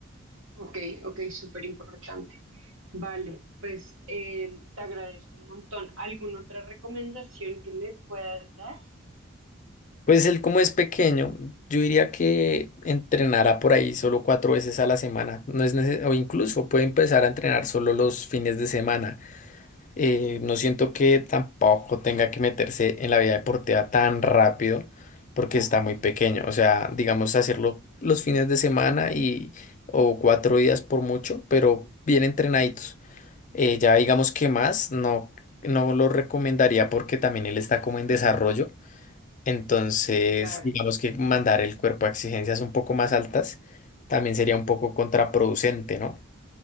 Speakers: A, on the right (about 65°); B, on the left (about 35°).
A: Ok, ok, súper importante. Vale, pues eh, te agradezco un montón. ¿Alguna otra recomendación que me puedas dar?
B: Pues él como es pequeño, yo diría que entrenará por ahí solo cuatro veces a la semana. No es neces- o incluso puede empezar a entrenar solo los fines de semana. Eh, no siento que tampoco tenga que meterse en la vida deportiva tan rápido porque está muy pequeño. O sea, digamos hacerlo los fines de semana y o cuatro días por mucho, pero bien entrenaditos. Eh, ya digamos que más, no, no lo recomendaría porque también él está como en desarrollo. Entonces,
A: Claro.
B: digamos que mandar el cuerpo a exigencias un poco más altas también sería un poco contraproducente, ¿no?